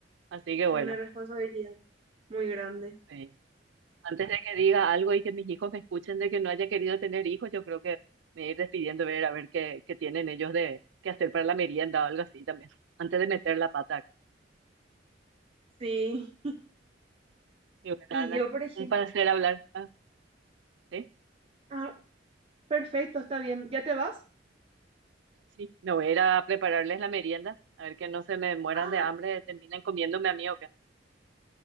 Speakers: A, on the right; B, on the right.
A: Así
B: <laughs>
A: que bueno,
B: una responsabilidad muy grande.
A: eh, antes de que diga algo y que mis hijos me escuchen de que no haya querido tener hijos, yo creo que me voy a ir despidiendo, ver a ver qué, qué tienen ellos de qué hacer para la merienda o algo así también, antes de meter la pata acá.
B: Sí,
A: Y bueno,
B: y
A: Ana,
B: yo, por ejemplo,
A: un placer hablar. Ah, ¿sí?
B: ah, perfecto, está bien, ¿ya te vas?
A: Sí, me voy a ir a prepararles la merienda, a ver que no se me mueran
B: Ah,
A: de hambre, terminen comiéndome a mí o qué.